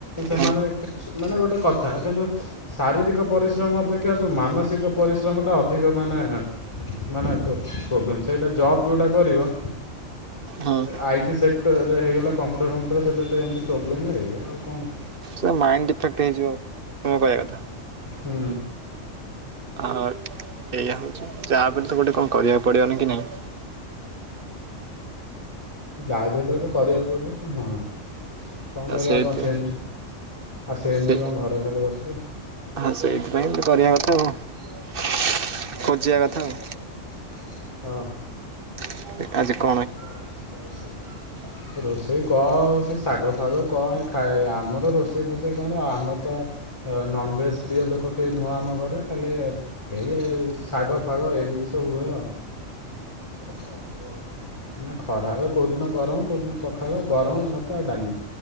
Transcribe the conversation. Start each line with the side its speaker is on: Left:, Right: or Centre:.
Left: ସେମାନେ
Right: ହୁଁ
Left: ମାନେ ଗୋଟେ କଥା କିନ୍ତୁ ଶାରୀରିକ ପରିଶ୍ରମ ଅପେକ୍ଷା ଯୋଉ ମାନସିକ ପରିଶ୍ରମ ଟା ଅଧିକ ମାନେ ମାନେ ପ୍ରୋବ୍ଲେମ୍ ସେଇଟା ଜବ୍ ଯୋଉଟା କରିବ।
Right: ହୁଁ।
Left: ଆଇ ଟି ସେକ୍ଟର ରେ ହେଇଗଲା କମ୍ପ୍ୟୁଟର ଫମ୍ପୁଟର ସେ ଏମତି ପ୍ରୋବ୍ଲେମ୍ଏଇଆ ଆଉ କଣ?
Right: ସେ ମାଇଣ୍ଡ ଡିଫେକ୍ଟ ହେଇଯିବ ତୁମ କଇଆ କଥା।
Left: ହୁଁ।
Right: ଆ ଏଇଆ ହଉଛି ଯାହାବି ହେଲେ ତ ଗୋଟେ କଣ କରିବାକୁ ପଡିବନି କି ନାଇଁ।
Left: ଯାହାବି ହେଲେ ଗୋଟେ କରିଆକୁ ପଡ଼ିବ, ହଁ କଣ କରିବା
Right: ସେଇଥି
Left: ଆଉ କଣ ସେମିତି ଆଉ ସେମିତି
Right: ସେ
Left: କଣ ଘରେ ଖାଲି ବସିଥିବେ‌।
Right: ହଁ ସେଇଥିପାଇଁ ଏମିତି କରିଆ କଥା ଆଉ। ଖୋଜିବା
Left: ଖୋଜିଆ
Right: ଆଉ।
Left: କଥା ହଁ।
Right: ଏଇଟା ଆଜି କ
Left: ଆଜି କଣ ହେଇଛି ତ ରୋଷେଇ? ରୋଷେଇ କଣ ସେ ଶାଗ ଫାଗ କଣ ଖାଏ ଆମର ରୋଷେଇ ଫଷେଇ କଣ ଆମର ତ ନନ୍ ଭେଜ୍ ପ୍ରିୟ ଲୋକ କେହି ନୁହେଁ ଆମ ଘରେ ଖାଲି ଏଇ ଶାଗ ଫାଗ ଏମିତି ସବୁ ହୁଏ ଆଉ। ପଖାଳ, ଗରମ। ନା ଖରାବେଳ କୋଉ ଦିନ ଗରମ, କୋଉ ଦିନ ପଖାଳ ଗରମ ଭାତ ଆଉ ଡାଲି।